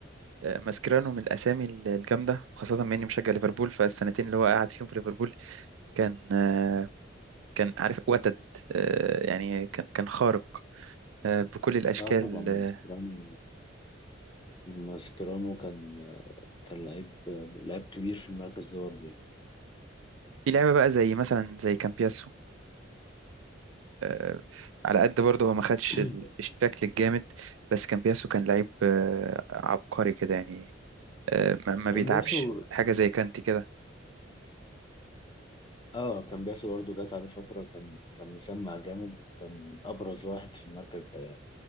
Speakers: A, on the right; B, on the left.
A: آه، ماسكيرانو من الاسامي ال- الجامدة وخاصة بما اني مشجع ليفربول فالسنتين اللي هو قعد فيهم في ليفربول كان آه، كان عارف وتد آه، يعني كان كان خارق آه، بكل الاشكال
B: اه طبعا من
A: آه،
B: سكرام ماسكيرانو كان كان لعيب لعيب كبير في المركز ده برضه يعني.
A: في لعيبة بقى زي مثلا زي كامبياس آه، على قد برضه هو ما خدش
B: <clears throat>
A: ال- الشكل الجامد بس كامبياسو كان لعيب آه، عبقري كده يعني آه، ما ما
B: كان
A: بيتعبش
B: بياسو
A: حاجة زي كانتي كده
B: اه كان بياسو برضه جات عليه فترة كان كان مسمع جامد وكان أبرز واحد في المركز ده يعني